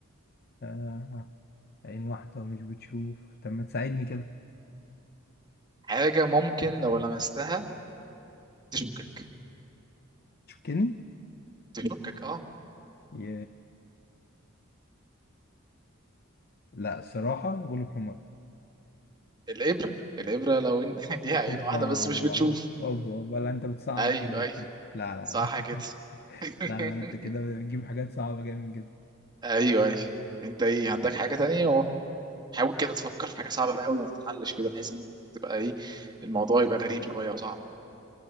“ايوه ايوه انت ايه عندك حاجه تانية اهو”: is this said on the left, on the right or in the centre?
Right